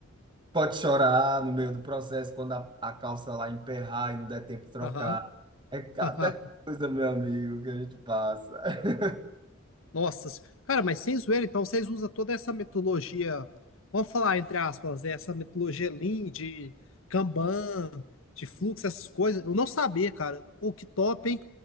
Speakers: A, on the right (about 25°); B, on the left (about 75°).
A: pode chorar no meio do processo quando a, a calça lá emperrar e não der tempo de trocar.
B: aham.
A: É cada
B: <laughs>
A: coisa, meu amigo, que a gente passa. <laughs>
B: Nossa, se- cara, mas sem zoeira, então vocês usam toda essa metodologia, vamos falar entre aspas, né, essa metodologia Lean, de Kanban, de fluxo, essas coisas. Eu não sabia, cara. O que top, hein?